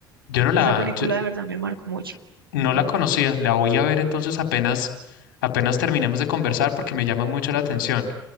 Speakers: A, on the left; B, on the right.
A: yo no la,
B: esa película
A: yo
B: de verdad me marcó mucho.
A: no
B: Mm,
A: la conocía, la voy a ver entonces apenas, apenas terminemos de conversar porque me llama mucho la atención.